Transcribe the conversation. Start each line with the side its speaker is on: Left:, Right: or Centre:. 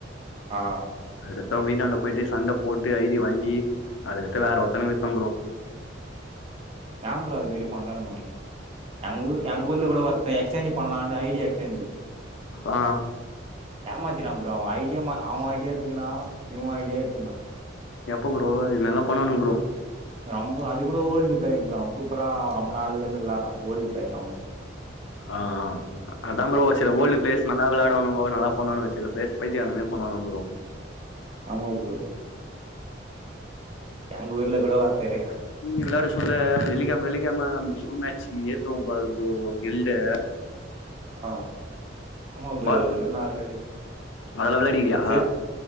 Right: ஆ
Left: அத்தவங்க வீடாண்ட போயிட்டு சண்ட போட்டு ஐடி வாங்கி அதுக்கத்த வேற ஒருத்தனுகு வித்த ப்ரோ
Right: ஏம் ப்ரோ அது மாறி பண்றானுனங்க அவ்னுங் எங்ஊர் எங்க ஊர்ல கூட ஒருத் எக்ஸ்சேஞ்ச் பன்லானு ஐடிய எக்ஸ்சேஞ்சு
Left: ஆ
Right: ஏமாத்திட்டா ப்ரோ அவன் ஐடிய அவ ஐடிய எத்துக்குனா இவ ஐடிய எத்துக்குனா
Left: எப்ப ப்ரோ இதுமாரிலா பண்ணுவானுங்க ப்ரோ
Right: ரொம்ப அது கூட ஓல்டு பிளேயர்தா சூப்பரா ரொம்ப நாள்ல இருந்து விளாட்றா ஓல்டு ப்ளேயர் அவனு
Left: ஆ ஆ அதா ப்ரோ சில ஓல்டு பிளேஸ் நல்லா வெளாடுவானுங்கோ நல்லா பண்ணுவானுங்க வச் சில பிளேஸ் பைத்தியக்கார மாரி பண்ணுவாங்க ப்ரோ
Right: ஆமா ப்ரோ எங்க ஊர்ல கூட ஒருத்தரு
Left: வெள்ளாட சொல்ல வெள்ளிக்கெழம வெள்ளிக்கெழம மேட்சிங் தூம்பாது ப்ரோ கில்டு
Right: ஆ ஆமா ப்ரோ
Left: இருக்கு
Right: அதுக்கூட நா வெளாடுவேன்
Left: அதெல்லா விளாடிக்கிறியா
Right: சேத்